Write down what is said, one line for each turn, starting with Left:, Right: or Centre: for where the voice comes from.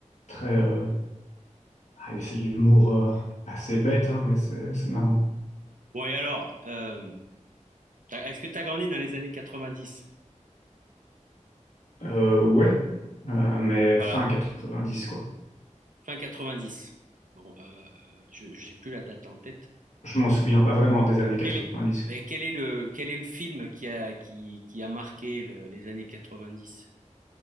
Left: Très. euh, allez, c'est de l'humour euh, assez bête, hein, mais c'est c'est marrant.
Right: Bon et alors, euh, t'as- est-ce que tu as grandi dans les années 90?
Left: Euh, ouais, euh, mais
Right: Voilà.
Left: fin 90, quoi.
Right: fin 90. Bon, euh, euh, je j'ai plus la date en tête.
Left: Je m'en souviens pas vraiment des années 90.
Right: Quel est,
Left: quoi.
Right: et quel est le, quel est le film qui a, qui, qui a marqué le- les années 90